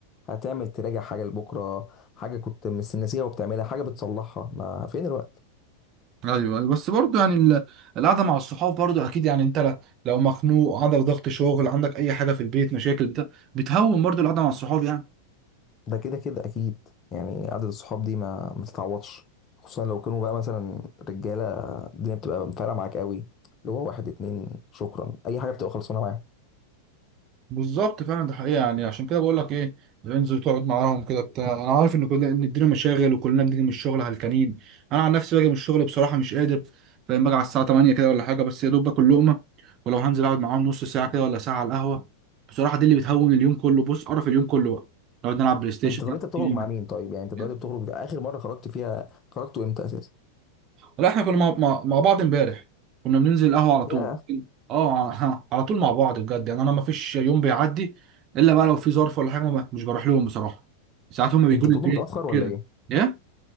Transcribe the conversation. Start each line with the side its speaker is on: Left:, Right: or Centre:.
Left: هتعمل تراجع حاجه لبكره حاجه كنت مس- ناسيها وبتعملها حاجه بتصلحها ما فين الوقت
Right: ايوه ايوه بس برضه يعني ال- القعده مع الصحاب برضه اكيد يعني انت ل- لو مخنوق عندك ضغط شغل عندك اي حاجه في البيت مشاكل بتاع بتهون برضه القعده مع الصحاب يعني
Left: ده كده كده اكيد يعني قعده الصحاب دي ما ما تتعوضش خصوصا لو كانوا بقى مثلا رجاله الدنيا بتبقى فارقه معاك قوي اللي هو واحد اتنين شكرا اي حاجه بتبقى خلصانه معاك
Right: بالظبط فعلا ده حقيقة يعني عشان كده بقول لك ايه انزل تقعد معاهم كده بتاع انا عارف ان كلنا ان الدنيا مشاغل وكلنا بنيجي من الشغل هلكانين انا عن نفسي باجي من الشغل بصراحة مش قادر فاهم باجي على الساعة 8 كده ولا حاجة بس يا دوب باكل لقمة ولو هنزل اقعد معاهم نص ساعة كده ولا ساعة على القهوة بصراحة دي اللي بتهون اليوم كله بص قرف اليوم كله بقى نقعد نلعب بلاي ستيشن
Left: انت طب انت بتخرج
Right: نلعب
Left: مع مين طيب يعني انت دلوقتي
Right: جيم.
Left: بتخرج في اخر مره خرجت فيها خرجتوا امتى اساسا
Right: لا احنا كنا مع, مع, مع بعض امبارح كنا بننزل القهوة على طول
Left: يا
Right: اه ها، على طول مع بعض بجد يعني انا ما فيش يوم بيعدي الا بقى لو في ظرف ولا حاجة ما- مش بروح لهم بصراحة ساعات هم بيجوا
Left: انت
Right: لي
Left: بتقول
Right: البيت
Left: متاخر ولا
Right: كده
Left: ايه
Right: ايه